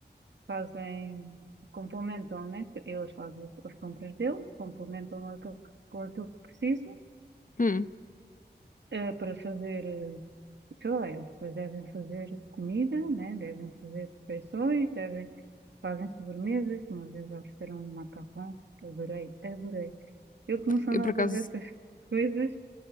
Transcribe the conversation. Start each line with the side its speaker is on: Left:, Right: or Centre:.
Right: fazem, complementam, né? Eles fazem as compras deles, complementam aquilo, que- com aquilo que precisam,
Left: Hum,
Right: eh, para fazer, eh, sei lá, eles depois devem fazer comida, né? Devem fazer refeições, devem, fazem sobremesas, uma vezes eles fizeram um macarrão, que adorei, adorei. Eu que não sou
Left: eu
Right: nada
Left: por acaso.
Right: dessas <laughs> coisas,